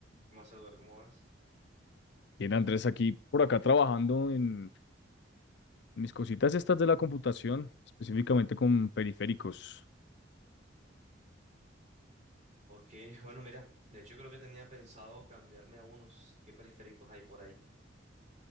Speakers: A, on the right; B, on the left.
A: ¿Qué más, Eduardo? ¿Cómo vas?
B: Bien, Andrés, aquí por acá trabajando en mis cositas estas de la computación, específicamente con periféricos.
A: Ok, bueno, mira, de hecho creo que tenía pensado cambiarme a unos. ¿Qué periféricos hay por ahí?